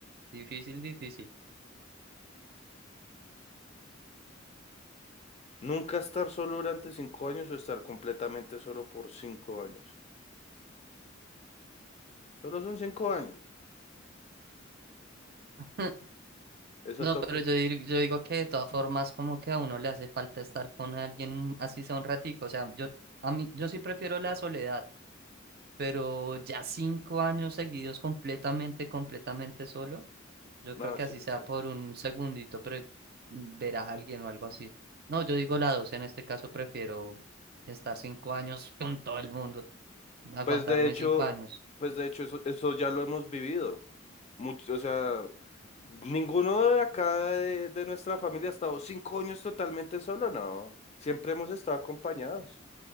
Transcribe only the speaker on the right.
difícil, difícil.
<laughs>
No,
pero yo, dir- yo digo que de todas formas como que a uno le hace falta estar con alguien un- así sea un ratico, o sea, yo a mí yo sí prefiero la soledad, pero ya cinco años seguidos completamente, completamente solo, yo
creo que
así sea
por un segundito pero mm, ver a alguien o algo así. No, yo digo la dos, en este caso prefiero estar cinco años con todo el mundo, aguantarme
cinco años.